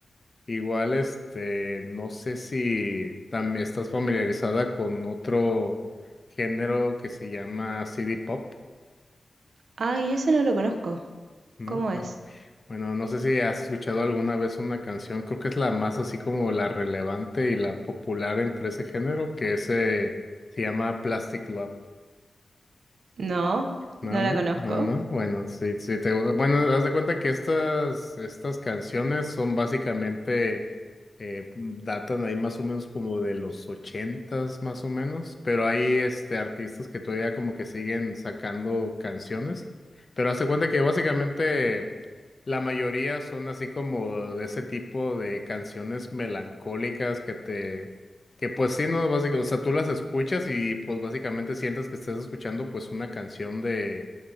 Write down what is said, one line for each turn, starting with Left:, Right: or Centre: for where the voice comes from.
Left: Igual, este, no sé si también estás familiarizada con otro género que se llama CD Pop,
Right: Ay, ese no lo conozco.
Left: ¿no?
Right: ¿Cómo
Left: No.
Right: es?
Left: Bueno, no sé si has escuchado alguna vez una canción, creo que es la más así como la relevante y la popular entre ese género, que ese se llama Plastic Love.
Right: No,
Left: No,
Right: no
Left: no,
Right: la conozco.
Left: no, no. Bueno, sí, sí te gusta. Bueno, haz de cuenta que estas, estas canciones son básicamente, eh, datan ahí más o menos como de los ochentas, más o menos, pero hay este artistas que todavía como que siguen sacando canciones. Pero haz de cuenta que básicamente la mayoría son así como de ese tipo de canciones melancólicas que te que pues sí, no, básicamente, o sea, tú las escuchas y pues básicamente sientes que estás escuchando pues una canción de,